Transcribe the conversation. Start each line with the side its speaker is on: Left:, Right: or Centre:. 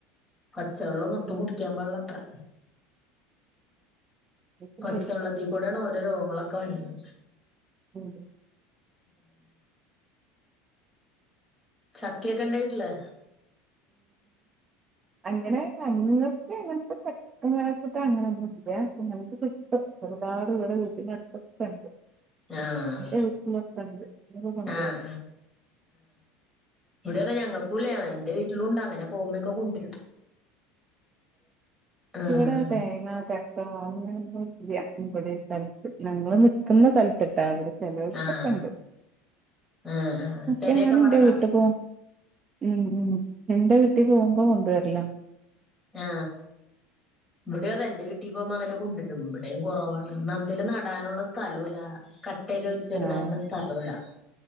Centre: പച്ചവെള്ളോക്കെ ഒടട്ടും
Right: ഉം.
Centre: കുടിക്കാൻ പാടില്ലത്രേ
Right: ഉം.
Centre: പച്ചവെള്ളത്തിക്കൂടെയാണ് ഓരോ രോഗങ്ങളൊക്കെ വന്നത്
Right: ഉമ്
Centre: ചക്കയൊക്കെ ഇണ്ടോ വീട്ടില്
Right: അങ്ങനെ അങ്ങത്തെ അങ്ങനത്തെ ച്ചിട്ട് അങ്ങനെയൊന്നും ഇല്ല <unintelligible> ഒരുപാട് വീട് വീട്ടിനടുത്തൊക്കെണ്ട്
Centre: ആഹ്
Right: എന്റെ വീട്ടിൽ ഒക്കെ ഒണ്ട്
Centre: ആഹ് ഇവിടതെ ഞങ്ങൾക്കൂല്ല എന്റെ വീട്ടില് ഉണ്ട് അങ്ങനെ പോകുമ്പോക്കെ കൊണ്ടുവരും ആഹ്
Right: ഇവിടെ തേങ്ങ ചക്ക അങ്ങനെ ഒന്നുല്ല്യ ഇവിടേം സ്ഥലത്ത് ഞങ്ങള് നിക്കുന്ന സ്ഥലത്ത് ട്ടാ അവിടെ ചിലപ്പാ
Centre: ആഹ്
Right: ക്കെ ഉണ്ട്‌
Centre: ആഹ് ആഹ് പെരയൊക്കെ
Right: കേയാണ്
Centre: പണിതാ
Right: ന്റെ വീട്ടിപോമ്പോ ഉമ് ഉമ് എന്റെ വീട്ടിൽ പോകുമ്പോ കൊണ്ടുവരെല്ലാം
Centre: ആ ഇവിടെയോ അതെന്റെ വീട്ടിൽ പോമ്പോ അങ്ങനെ കൊണ്ടുവരും ഇവിടെയും കുറവാണ് ന്ന ന്തേലും നടാനുള്ള സ്ഥലോല്ല പ്രത്യേക വിരിച്ചേക്കണാ
Right: ആഹ്
Centre: കാരണം സ്ഥലല്ല